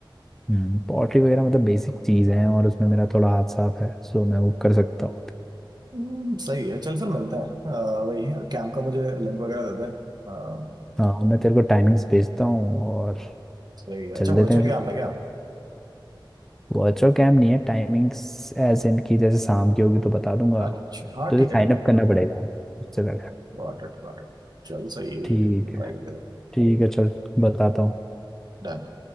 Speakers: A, in the centre; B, on the right.
A: हम्म पॉटरी वगैरह मतलब बेसिक चीज़ है और उसमें मेरा थोड़ा हाथ साफ है सो मैं वो कर सकता हूँ
B: हम्म, सही है चल फिर मिलते हैं आ, वही कैंप का मुझे लिंक वगैरह देते हैं आ,
A: हाँ और मैं तेरे को टाइमिंग्स भेजता हूँ और
B: सही है
A: चल
B: अच्छा वर्चुअल
A: देते हैं
B: कैंप
A: फिर
B: है क्या
A: वर्चुअल कैम्प नहीं है टाइमिंग्स एज इन की जैसे शाम की होगी तो बता दूंगा
B: अच्छा हाँ
A: तुझे
B: ठीक
A: साइन
B: है ठीक है
A: अप करना पड़ेगा उससे पहले
B: Got it got it चल सही है
A: ठीक
B: ये भी ट्राई
A: है
B: करें
A: ठीक है चल बताता हूँ
B: डन